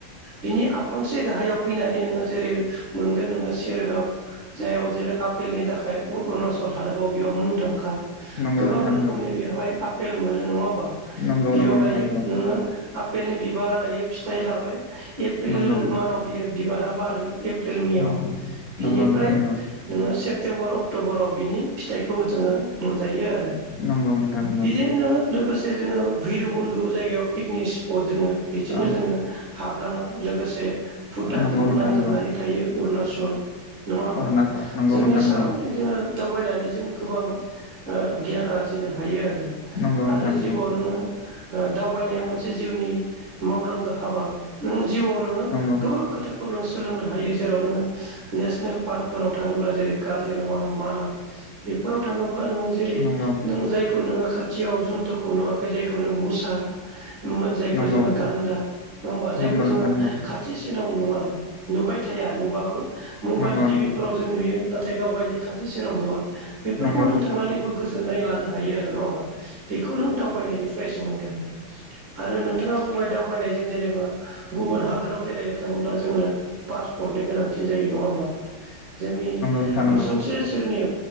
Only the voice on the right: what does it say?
बिनि आफांसे गाहायाव फैनानै नोङो जेरै मोनगोन नोङो सेरगाव जाययाव जेरै आपेलनि थाखाय अरुणाचल हादाबाव बेयाव मुंदांखा।
गोबां
रोखोमनि
बेवहाय आफेल मोनो नङा होम
बेयाव
दायो
नोङो आफेलनि बिबारा दायो फिथाइ लाबाय एप्रिल
मानाव बियो बिबारा बारो एप्रिल मेआव
बिनिफ्राय
नोङो सेप्तेम्बर अक्ट'बराव बिनि फिथाइखौ जोङो मोनजायो आरो।
बिदिनो नोङो लोगोसे जोङो भैरबकुन्न्द' जायगायाव पिकनिक स्पट दोङो बिथिंनो
जोङो हाबलाङो लोगोसे भुटानजों
नांजाबनानै
थायो अरुणासल। नङा होमबा
जोंनि
साराउन्दिं
जोङो दावबायनानै जों गोबां ओ गियान आरजिनो हायो आरो।
आरो
जिउआव नोङो ओ दावबायनाया मो से जिउनि मावनांगौ हाबा नों जिउआव नोङो
गोबां खोथा खौ नों सोलोंनो हायो जेराव नोङो नेसनेल पार्कफोराव थाङोब्ला जेरै काजिरङा मानास बेफोराव थाङोब्ला नोङो जेरै
नों जायखौ नोङो खाथियाव जुन्थुखौ नुवाखै जाय खौ नों मोसा जायखौ
जोङो गान्दा नङा होमबा जायखौ
जोङो
खाथिसिनाव नुवा नुबाय थाया नुबाबो मबाइल
टिभिफोराव
जों नुयो नाथाय गाव गावनि खाथि सेराव नुवा बेफोरखौ
नों थांनानैबो गोजोननाय लानो हायो आरो नङा होमबा बेखौ नों दावबायनायनि प्राइस मोनगोन आरो नोंथाङा बुंबाय दावबायनायजों जेने बा गुबुन हादोराव बेरायनो थाङोब्ला जोंनो पासपर्टनि गोनांथि जायो नङा होमबा। जोंनि
नुसुंसे सेरनि